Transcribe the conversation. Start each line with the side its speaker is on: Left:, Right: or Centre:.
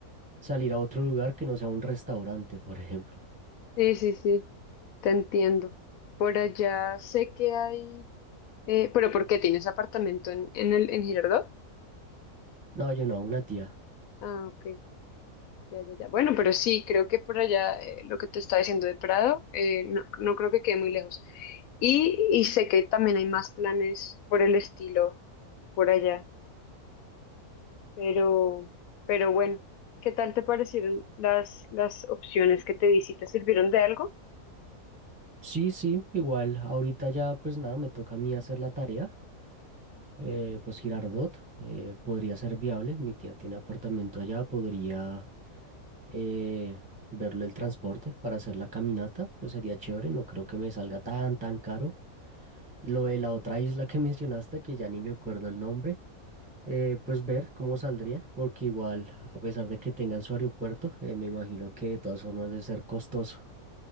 Centre: salir a otro lugar que no sea un restaurante, por ejemplo.
Left: Sí, sí, sí, te entiendo. Por allá sé que hay Eh, pero ¿por qué tienes apartamento en, en el en Girardot?
Centre: No, yo no, una tía.
Left: Ah, ok. Ya, ya, ya. Bueno, pero sí, creo que por allá eh, lo que te estaba diciendo de Prado, eh, no, no creo que quede muy lejos. Y, y sé que también hay más planes por el estilo por allá, pero, pero bueno, ¿qué tal te parecieron las, las opciones que te di? ¿Sí te sirvieron de algo?
Centre: Sí, sí, igual, ahorita ya pues nada, me toca a mí hacer la tarea. Eh, pues Girardot eh, podría ser viable. Mi tía tiene apartamento allá, podría eh, verlo el transporte para hacer la caminata, pues sería chévere, no creo que me salga tan, tan caro. Lo de la otra isla que <laughs> mencionaste, que ya ni me acuerdo el nombre, eh, pues ver cómo saldría, porque igual, a pesar de que tengan su aeropuerto, eh, me imagino que de todas formas debe ser costoso.